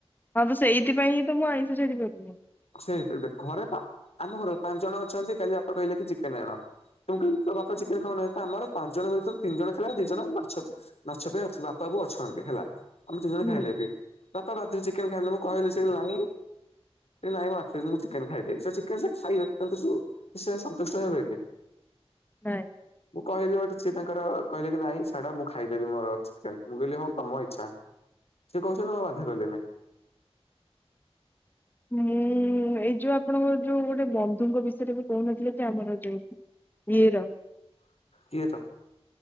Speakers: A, on the left; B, on the left.
A: ହଁ ତ ସେଇଥିପାଇ ହିଁ ତ ମୁଁ ଆଇଁଷ ଛାଡି ପାରୁନି।
B: ସେଇ ଘରେ ଆମ ଘର ପାଞ୍ଚ ଜଣ ଅଛନ୍ତି କାଲି ବାପା କହିଲେ କି ଚିକେନ ଆଣ। ତ ମୁଁ କହିଲି କ ବାପା ଚିକେନ ଖାଉନାହାନ୍ତି ତ ଆମର ପାଞ୍ଚ ଜଣ ଭିତରୁ ତିନି ଜଣ ଖାଇଲା ବେଳେ ଦି ଜଣ ମାଛ ମାଛ ପାଇଁ ଅଛୁ ବାପା ବୁ ଅଛନ୍ତି ହେଲା। ଆମ ଚିକେନ
A: ହୁଁ
B: ଖାଇଲେ ବି ବାପା ବାଧ ଚିକେନ ଖାଇ ମୁ କହିଲି ସେ ନାଇଁ। ନାଇଁ ମୁଁ ଆ ମୁଁ ଚିକେନ ଖାଇଦେବେ ସେ ଚିକେନ ସେ ଖାଇବେ କିନ୍ତୁ ସନ୍ତୁଷ୍ଟ ହେବେନି।
A: ନାଇଁ
B: ମୁଁ କହିଲି ଗୋଟେ ସିଏ ତାଙ୍କର କହିଲେ କି ନାଇଁ ଛାଡ଼ ମୁଁ ଖାଇଦେବି ମୋର ଚିକେନ ମୁଁ କହିଲି ହଉ ତମ ଇଚ୍ଛା। ସିଏ କହୁଛନ୍ତି ମୁଁ ଆଉ ବାଧ୍ୟ କଲିନି।
A: ହଁ ଏଇ ଯୋଉ ଆପଣଙ୍କ ଯୋଉ ଗୋଟେ ବନ୍ଧୁଙ୍କ ବିଷୟରେ ବି କହୁନଥିଲେ ତ ଆମର ଯୋଉ ଇର
B: କିଏ ତ?